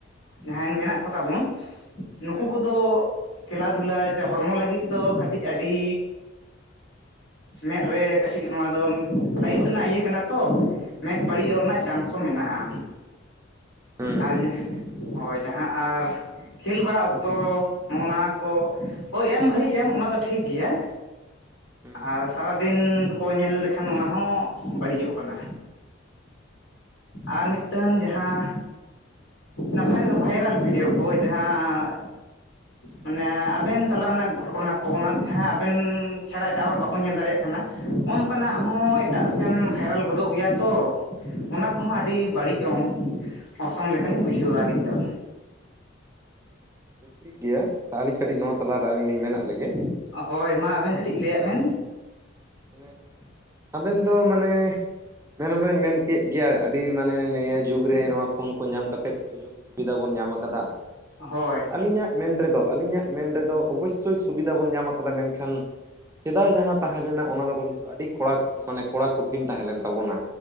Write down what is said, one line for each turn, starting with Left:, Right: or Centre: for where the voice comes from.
Left: ᱡᱟᱦᱟᱸᱭ ᱢᱮᱱᱟᱜ ᱠᱚᱛᱟ ᱵᱚᱱᱼᱼ ᱱᱩᱠᱩ
Right: ᱦᱮᱸ
Left: ᱠᱚᱫᱚ ᱠᱷᱮᱞᱟ ᱫᱷᱩᱞᱟᱭ ᱥᱮ ᱦᱚᱲᱢᱚ ᱞᱟᱜᱤᱫ ᱫᱚ ᱠᱟᱴᱤᱡ ᱟᱹᱰᱤᱼᱼ ᱢᱮᱫ ᱨᱮ ᱠᱟᱹᱴᱤᱡ ᱱᱚᱣᱟ ᱫᱚᱢ ᱞᱟᱭᱤᱴ ᱨᱮᱱᱟᱜ ᱤᱭᱟᱹ ᱠᱟᱱᱟ ᱛᱚᱼᱼ ᱢᱮᱫ ᱵᱟᱲᱤᱡᱚᱜ ᱨᱮᱱᱟᱜ ᱪᱟᱱᱥ ᱦᱚᱸ ᱢᱮᱱᱟᱜ-ᱟ
Right: ᱦᱩᱸ
Left: ᱟᱨ ᱡᱟᱼᱼ ᱦᱚᱭ ᱡᱟᱦᱟᱸ ᱟᱨᱼᱼ ᱠᱷᱮᱞ ᱵᱟᱲᱟ ᱚᱠᱛᱚ ᱱᱚᱜ-ᱚᱱᱟ ᱠᱚ ᱦᱳᱭ ᱮᱢ ᱜᱷᱟᱹᱲᱤᱡ ᱮᱢ ᱚᱱᱟ ᱫᱚ ᱴᱷᱤᱠ ᱜᱮᱭᱟ᱾
Right: ᱦᱩᱸ
Left: ᱟᱨ ᱥᱟᱨᱟᱫᱤᱱ ᱠᱚ ᱧᱮᱞ ᱞᱮᱠᱷᱟᱱ ᱚᱱᱟ ᱦᱚᱸᱵᱟᱹᱲᱤᱡᱚᱜ ᱠᱟᱱᱟ᱾ ᱟᱨ ᱢᱤᱫᱴᱟᱹᱱ ᱡᱟᱦᱟᱸᱼᱼ ᱚᱱᱟ ᱵᱷᱟᱭᱨᱟᱞ ᱵᱷᱤᱰᱭᱳ ᱠᱚ ᱡᱟᱦᱟᱸᱼᱼ ᱢᱟᱱᱮ ᱟᱵᱮᱱ ᱛᱟᱞᱟ ᱨᱮᱱᱟᱜ ᱜᱷᱚᱴᱱᱟ ᱠᱚ ᱚᱱᱟ ᱡᱟᱦᱟᱸ ᱟᱵᱮᱱ ᱪᱷᱟᱲᱟᱼᱼ ᱮᱴᱟᱜ ᱦᱚᱲ ᱵᱟᱠᱚ ᱧᱮᱞ ᱫᱟᱲᱮᱭᱟᱜ ᱠᱟᱱᱟ ᱚᱱᱠᱟ ᱱᱟᱜ
Right: ᱦᱮᱸ
Left: ᱦᱚᱸ ᱮᱴᱟᱜ ᱥᱮᱱ ᱵᱷᱟᱭᱨᱟᱞ ᱜᱚᱫᱚᱜ ᱜᱮᱭᱟ ᱛᱚ᱾ ᱚᱱᱟ ᱠᱚᱦᱚᱸ ᱟᱰᱤ
Right: ᱦᱩᱸ
Left: ᱵᱟᱲᱤᱡ ᱚᱝ ᱚᱨᱥᱚᱝ ᱞᱮᱠᱟ ᱞᱤᱧ ᱵᱩᱡᱷᱟᱹᱣᱟ ᱟᱞᱤᱧ ᱫᱚ᱾
Right: ᱴᱷᱤᱠ ᱜᱮᱭᱟ ᱟᱞᱤᱧ ᱠᱟᱹᱴᱤᱡ ᱱᱚᱣᱟ ᱛᱟᱞᱟ ᱨᱮ ᱟᱞᱤᱧ ᱞᱤᱧ ᱢᱮᱱᱟᱜ ᱞᱮᱜᱮ᱾
Left: ᱦᱚᱭ ᱢᱟ ᱟᱵᱮᱱ ᱠᱟᱹᱴᱤᱡ
Right: ᱦᱮᱸ
Left: ᱞᱟᱹᱭᱟᱜ
Right: ᱛᱟᱦᱚᱞᱮ
Left: ᱵᱮᱱ?
Right: ᱢᱟᱱᱮ ᱟᱵᱮᱱ ᱫᱚ ᱢᱟᱱᱮᱼᱼ ᱢᱮᱱ ᱢᱟᱵᱮᱱ ᱢᱮᱱ ᱠᱮᱜ ᱜᱮᱭᱟ ᱟᱰᱤ ᱢᱟᱱᱮ ᱱᱮᱭᱟᱹ ᱡᱩᱜᱽ ᱨᱮ ᱱᱚᱣᱟ ᱯᱷᱳᱱ ᱠᱚ ᱧᱟᱢ ᱠᱟᱛᱮᱫᱼᱼ ᱥᱩᱵᱤᱫᱟ ᱵᱚᱱ ᱧᱟᱢ ᱟᱠᱟᱫᱟ
Left: ᱦᱳᱭ
Right: ᱟᱞᱤᱧᱟᱜᱼᱼ ᱢᱮᱱ ᱛᱮᱫᱚ ᱟᱞᱤᱧᱟᱜ ᱢᱮᱱ ᱛᱮᱫᱚ ᱚᱵᱚᱭᱥᱥᱳᱭ ᱥᱩᱵᱤᱫᱟ ᱵᱚᱱ ᱧᱟᱢ ᱟᱠᱟᱫᱟ ᱢᱮᱱᱠᱷᱟᱱ ᱥᱮᱫᱟᱭ ᱡᱟᱦᱟᱸ ᱛᱟᱦᱮᱸᱱᱼᱼ ᱞᱮᱱᱟ ᱚᱱᱟ ᱫᱚ ᱠᱤᱱᱛᱩ ᱟᱹᱰᱤ ᱠᱚᱲᱟ ᱩᱸ ᱢᱟᱱᱮ ᱠᱚᱲᱟ ᱠᱚᱴᱷᱤᱱ ᱛᱟᱦᱮᱸ ᱞᱮᱱ ᱛᱟᱵᱚᱱᱟ᱾